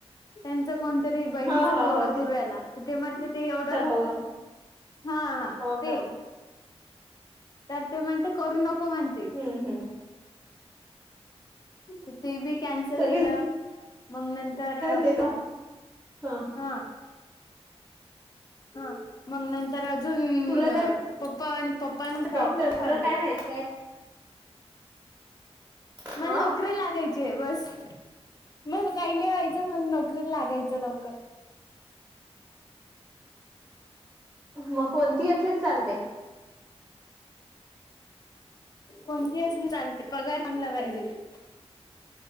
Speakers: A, on the left; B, on the right.
A: त्यांचं कोणतरी बहिणीचा
B: हो हो
A: पोरगा
B: हो
A: कररू रायला ते म्हणत ते एवढं
B: तिचा भाऊ
A: हा
B: हो
A: ते
B: का
A: तर ते म्हणते करू नको म्हणते
B: हम्म हम्म
A: तर ते बी कॅन्सल
B: सगळे
A: केलं मग नंतर
B: ते ह
A: हा ह मग नंतर अजून
B: तुला जर
A: प्पा.. पण काहीतच
B: डॉक्टर तुला
A: काढलं.
B: काय व्हायचंय अ
A: मला नोकरी लागायची बस.. मग काही नाही व्हायचं मग नोकरीत लागायचं लवकर..
B: मग कोणती असलीच चालते..
A: कोणती असली चालते पगार चांगला पाहिजे..